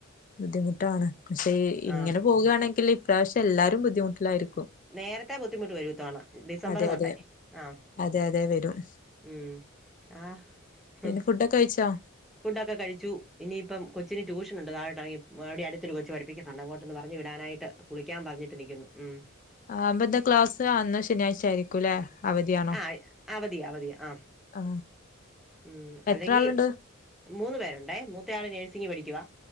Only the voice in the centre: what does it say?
ആ
നേരത്തെ ബുദ്ധിമുട്ട് വരും ഇത്തവണ ഡിസംബറ്
തൊട്ടേ
ആഹ്
ഉം ആഹ്
ഫുഡൊക്കെ കഴിച്ചു ഇനിയിപ്പം കൊച്ചിന് ട്യൂഷനുണ്ട് താഴോട്ട് എറങ്ങി മവിടെ അടുത്തൊരു കൊച്ച് പഠിപ്പിക്കുന്നൊണ്ട് അങ്ങോട്ടൊന്ന് പറഞ്ഞു വിടാനായി റ്റ കുളിക്കാൻ പറഞ്ഞിട്ട് നിക്കുന്നു ഉം
ആയില്ല അവധിയാ അവധിയാ ആഹ്
ഉം അല്ലെങ്കി
മൂന്ന് പേരൊണ്ടേ മൂത്തയാള് നേഴ്സിംങ്ങ് പഠിക്കുവാ